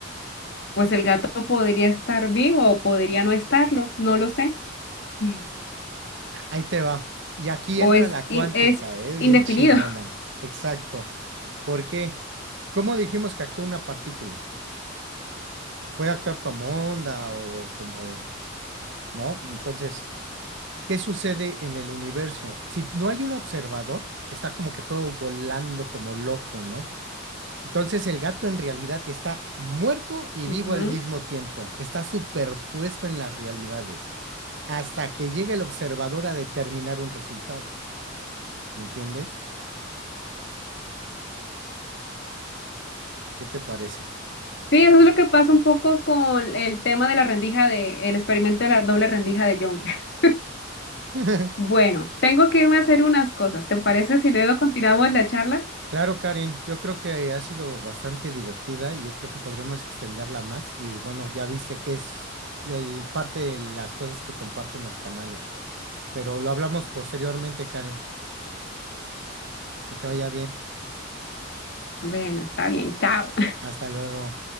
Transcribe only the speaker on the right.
Ahí te va. Y aquí
entra
la cuántica,
¿eh? Bien
chingona. Exacto. ¿Por qué? ¿Cómo dijimos que actúa una partícula? puede actuar como onda o como, ¿no? Entonces, ¿qué sucede en el universo? Si no hay un observador, está como que todo volando como loco, ¿no? Entonces el gato en realidad está muerto y
vivo al mismo tiempo, está superpuesto en las realidades, hasta que llega el observador a determinar un resultado, ¿me entiendes? ¿Qué te parece?
<laughs>
Claro, Karen, yo creo que ha sido bastante divertida y yo creo que podríamos extenderla más. Y bueno, ya viste que es el, parte de las cosas que comparto en los canales, pero lo hablamos posteriormente, Karen. Que te vaya bien.
Hasta luego.